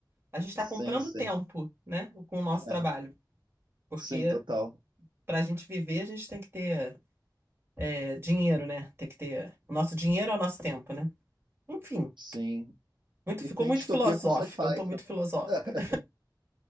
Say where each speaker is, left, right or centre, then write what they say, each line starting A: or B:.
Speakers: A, on the right; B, on the right.
A: A gente está comprando
B: sim, sim.
A: tempo, né? Com o nosso
B: É,
A: trabalho. Porque
B: sim, total.
A: para a gente viver, a gente tem que ter é, dinheiro, né? Tem que ter. O nosso dinheiro é o nosso tempo, né? Enfim.
B: Sim.
A: Muito,
B: E
A: ficou
B: tem
A: muito
B: distopia
A: filosófico,
B: com sci-fi
A: eu tô
B: também.
A: muito filosófica.
B: <laughs>